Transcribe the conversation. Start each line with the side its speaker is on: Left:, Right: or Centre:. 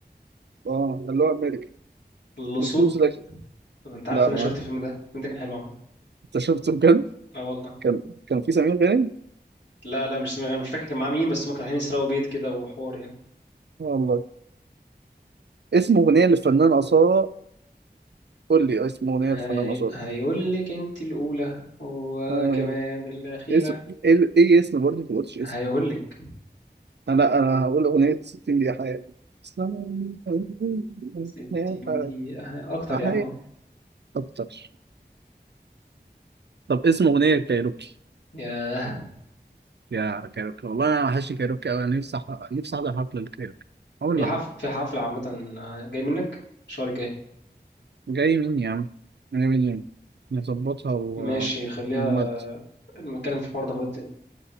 Right: اه هلو امريكا
Left: اللصوص
Right: لصوص لك
Left: طب أنت عارف
Right: لا
Left: إن
Right: ما
Left: أنا شفت
Right: أعرف.
Left: الفيلم ده الفيلم ده كان حلو عامة
Right: انت شفته بجد
Left: اه والله
Right: كان كان في سمير غانم
Left: لا لا مش سامع مش فاكر كان معاه مين بس هما كانوا رايحين يسرقوا بيت كده وحوار يعني
Right: والله اسم اغنيه للفنان اصاله قول لي اسم اغنيه
Left: هي...
Right: للفنان اصاله
Left: هيقول لك انت الاولى وكمان
Right: آه.
Left: الاخيره
Right: اسم ايه ال- إيه اسم برضه ما قلتش اسم
Left: هيقول لك
Right: انا انا هقول اغنيه 60 دقيقه حياه اسلام عليكم
Left: 60
Right: يا حياة.
Left: دقيقه ه- اكتر
Right: أحيي
Left: يا عم اهو
Right: أكتر طب اسم أغنية كايروكي
Left: ياه
Right: يا كايروكي والله انا وحشني كايروكي قوي انا نفسي أح- نفسي احضر حفله الكايروكي عمري
Left: في
Right: ما
Left: حفل
Right: احضر
Left: في حفله عامه جاي منك الشهر الجاي
Right: جاي مني يا عم جاي مني نظبطها و...
Left: ماشي خليها
Right: من وقت
Left: نتكلم في الحوار ده في وقت تاني.